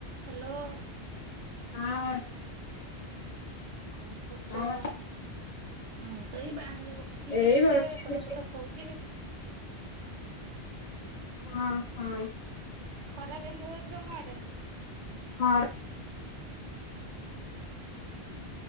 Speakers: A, on the right (about 90°); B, on the left (about 45°).
A: ହ୍ୟାଲୋ।
B: ଆଁ ଓ
A: କଣ କରୁଛ?
B: କଣ
A: ମୁଁ ତ ଏଇ ବାହାରେ ବସିଛି
B: ଏଇ
A: ଟିକେ
B: ବସିଛି
A: ପଟ
B: ସେଠି
A: ପଟ। ହଉଛି।
B: ହଁ ହଁ
A: ଖରା କେମିତି ହଉଛି ତମ ଆଡେ?
B: ହଁ